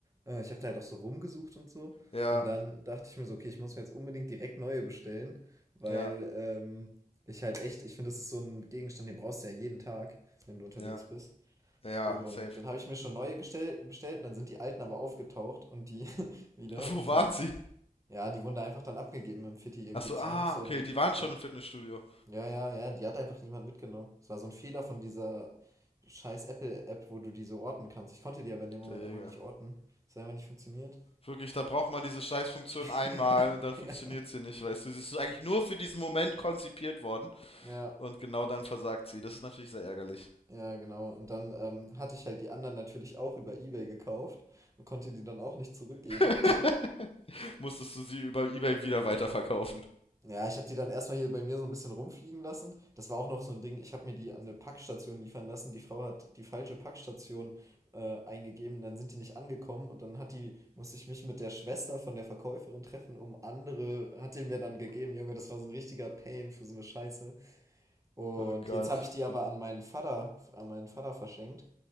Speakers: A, on the right (about 20°); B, on the left (about 40°).
A: Äh, Ich habe da halt auch so rumgesucht und so.
B: Ja,
A: Und dann dachte ich mir so, okay, ich muss mir jetzt unbedingt direkt neue bestellen, weil
B: ja,
A: ähm, ich halt echt, ich finde, das ist so ein Gegenstand, den brauchst du ja jeden Tag, wenn du unterwegs
B: ja,
A: bist.
B: ja,
A: Und
B: safe.
A: dann habe ich mir schon neue gestell bestellt und dann sind die alten aber aufgetaucht und die <laughs> wieder
B: <laughs> Wo
A: und
B: waren
A: die,
B: sie?
A: ja, die wurden da einfach dann abgegeben im Fitti irgendwie.
B: Achso,
A: Das
B: ah,
A: war einfach so
B: okay,
A: ein,
B: die waren
A: so
B: schon im Fitnessstudio.
A: ein, ja, ja, ja, die hat einfach niemand mitgenommen. Das war so ein Fehler von dieser scheiß Apple-App, wo du die so orten kannst. Ich konnte die aber in dem Moment
B: Digga.
A: einfach nicht orten. Das hat einfach nicht funktioniert.
B: Wirklich, da braucht man diese Scheißfunktion
A: <laughs>
B: einmal und dann funktioniert
A: Ja,
B: sie nicht, weißt du. Sie ist eigentlich nur für diesen Moment konzipiert worden
A: ja,
B: und genau dann versagt sie. Das ist natürlich sehr ärgerlich.
A: ja, ja, genau. Und dann ähm, hatte ich halt die anderen natürlich auch über eBay gekauft und konnte die dann auch nicht zurückgeben.
B: <laughs> Musstest du sie über eBay wieder weiterverkaufen.
A: Ja, ich habe die dann erstmal hier bei mir so ein bisschen rumfliegen lassen. Das war auch noch so ein Ding. Ich habe mir die an eine Packstation liefern lassen. Die Frau hat die falsche Packstation äh, eingegeben. Dann sind die nicht angekommen und dann hat die, musste ich mich mit der Schwester von der Verkäuferin treffen, um andere, hat die mir dann gegeben. Junge, das war so ein richtiger Pain für so eine Scheiße. Und
B: Oh Gott.
A: jetzt habe ich die aber an meinen Vater, an meinen Vater verschenkt.